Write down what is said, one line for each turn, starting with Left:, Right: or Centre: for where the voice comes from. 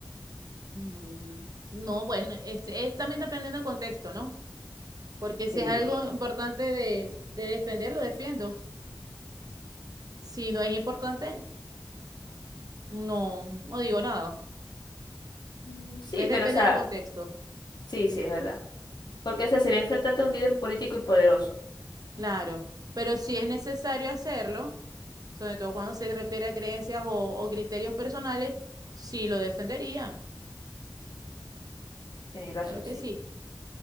Right: mm, no, bueno, este, es también dependiendo del contexto, ¿no? Porque si
Left: Sí.
Right: es algo importante de, de defender, lo defiendo. Si no es importante, no, no digo nada.
Left: Mm, Sí,
Right: Es
Left: pero
Right: depende
Left: o sea,
Right: del contexto,
Left: sí, sí, es verdad. Porque o sea, sería enfrentarte a un líder político y poderoso.
Right: claro. Pero si es necesario hacerlo, sobre todo cuando se refiere a creencias o, o criterios personales, sí lo defendería.
Left: Tienes razón,
Right: Claro que
Left: sí.
Right: sí.